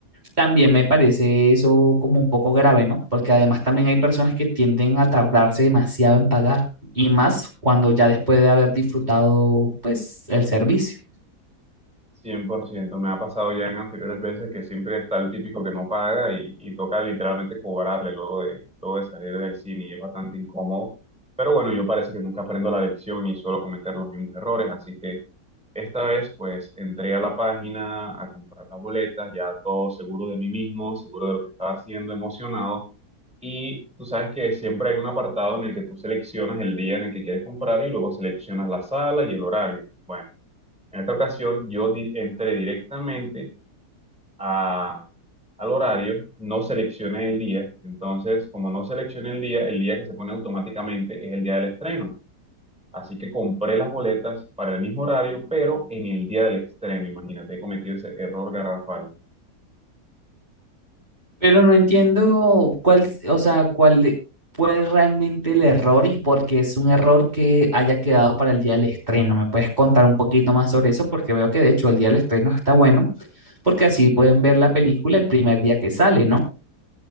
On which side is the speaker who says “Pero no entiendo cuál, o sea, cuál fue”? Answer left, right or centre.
Right